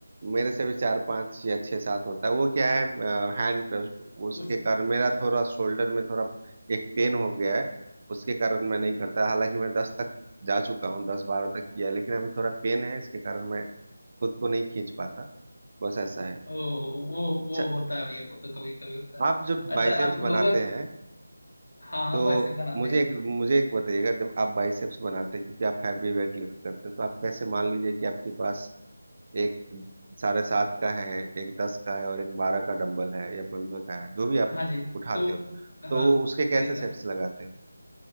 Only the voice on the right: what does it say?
मेरे से भी चार पांच या छह सात होता है वो क्या है हैंड उसके
कारण मेरा थोड़ा शोल्डर में थोड़ा एक पेन हो गया है उसके कारण मैं नहीं करता हालांकि मैं दस तक जा चुका हूँ दस बारह तक किया है, लेकिन अभी थोड़ा पेन है इसके कारण मैं खुद को नहीं खींच पाता बस ऐसा है
अच्छा
हाँ,
आप जब बाइसेप्स
बनाते हैं
तो
मुझे
एक मुझे एक बताइएगा जब आप बाइसेप्स बनाते हैं क्योंकि आप हैवी वेट लिफ्ट करते हैं तो आप कैसे मान लीजिए कि आपके पास एक साढ़े सात का है एक दस का है और एक बारह का डंबल है या पंद्रह का है जो भी आप
उठाते
हो
तो
उसके कैसे
सेट्स लगाते हो